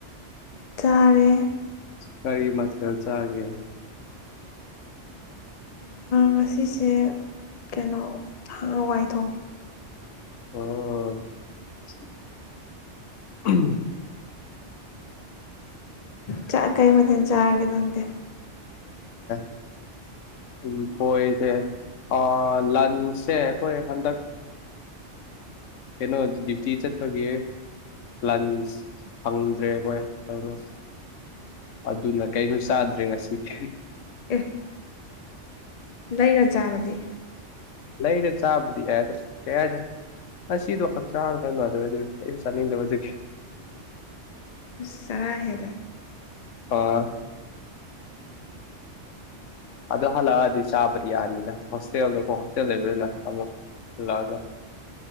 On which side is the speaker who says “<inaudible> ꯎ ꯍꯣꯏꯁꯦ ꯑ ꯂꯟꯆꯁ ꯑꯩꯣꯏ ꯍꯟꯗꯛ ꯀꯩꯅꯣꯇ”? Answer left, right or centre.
Left